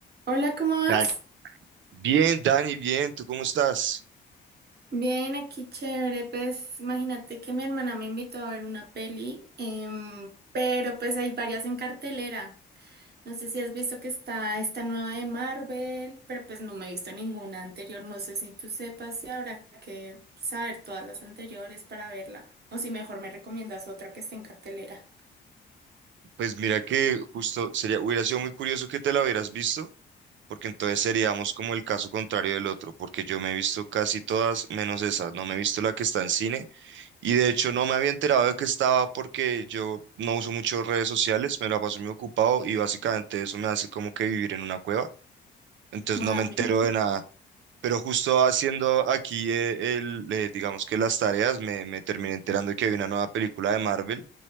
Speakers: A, on the right; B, on the right.
A: Hola, ¿cómo vas?
B: Dan- Bien, Dani, bien, ¿tú cómo estás?
A: Bien, aquí chévere. Pues imagínate que mi hermana me invitó a ver una peli, em, pero pues hay varias en cartelera. No sé si has visto que está esta nueva de Marvel, pero pues no me he visto ninguna anterior. No sé si tú sepas si habrá que saber todas las anteriores para verla, o si mejor me recomiendas otra que esté en cartelera.
B: Pues mira que justo sería, hubiera sido muy curioso que te la hubieras visto, porque entonces seríamos como el caso contrario del otro, porque yo me he visto casi todas menos esa, no me he visto la que está en cine, y de hecho no me había enterado de que estaba porque yo no uso mucho redes sociales, me la paso muy ocupado y básicamente eso me hace como que vivir en una cueva, entonces
A: Ah,
B: no me entero
A: me imagino.
B: de nada. Pero justo haciendo aquí eh, el, eh, digamos que las tareas, me, me terminé enterando de que había una nueva película de Marvel.